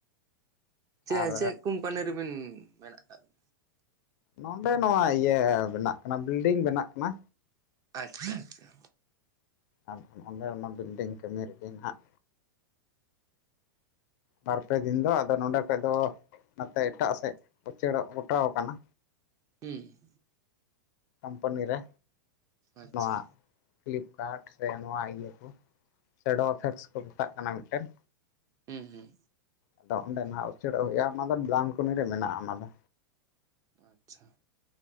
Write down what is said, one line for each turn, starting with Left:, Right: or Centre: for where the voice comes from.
Right: ᱪᱮᱭ
Left: ᱟᱨ
Right: ᱪᱮᱫ ᱠᱳᱢᱯᱟᱱᱤ ᱨᱮᱵᱤᱱ ᱢᱮᱱᱟᱜ ᱠᱟᱜ ᱵᱤᱱᱟ?
Left: ᱱᱚᱰᱮ ᱱᱚᱣᱟ ᱤᱭᱟᱹ ᱵᱮᱱᱟᱜ ᱠᱟᱱᱟ ᱵᱤᱞᱰᱤᱝ ᱵᱮᱱᱟᱜ ᱠᱟᱱᱟ।
Right: ᱟᱪᱪᱷᱟ ᱟᱪᱪᱷᱟ
Left: ᱟᱫᱚ ᱱᱚᱰᱮ ᱚᱱᱟ ᱵᱤᱞᱰᱤᱝ ᱠᱟᱹᱢᱤ ᱨᱮᱜᱮ ᱱᱟᱦᱟᱜ᱾ ᱵᱟᱨᱯᱮ ᱫᱤᱱ ᱫᱚ ᱟᱫᱚ ᱱᱚᱰᱮ ᱠᱷᱚᱡ ᱫᱚ ᱱᱚᱛᱮ ᱮᱴᱟᱜ ᱥᱮᱫ ᱩᱪᱟᱹᱲᱚᱜ ᱜᱚᱴᱟᱣ ᱠᱟᱱᱟ।
Right: ᱦᱮᱸ
Left: ᱠᱳᱢᱯᱟᱱᱤ ᱨᱮ
Right: ᱟᱪᱪᱷᱟ
Left: ᱱᱚᱣᱟ ᱯᱷᱤᱞᱤᱯᱠᱟᱨᱴ ᱥᱮ ᱱᱚᱣᱟ ᱤᱭᱟᱹ ᱠᱚ ᱥᱮ ᱰᱳᱯᱷᱮᱠᱥ ᱠᱚ ᱢᱮᱛᱟᱜ ᱠᱟᱱᱟ ᱢᱤᱫᱴᱮᱱ।
Right: ᱦᱩᱸ ᱦᱩᱸ
Left: ᱟᱫᱚ ᱚᱸᱰᱮ ᱱᱷᱟᱜ ᱩᱪᱟᱹᱲᱚᱜ ᱦᱩᱭᱩᱜᱼᱟ ᱚᱱᱟ ᱫᱚ ᱰᱨᱟᱢᱠᱚᱱᱤ ᱨᱮ ᱢᱮᱱᱟᱜᱼᱟ ᱚᱱᱟ ᱫᱚ।
Right: ᱟᱪᱪᱷᱟ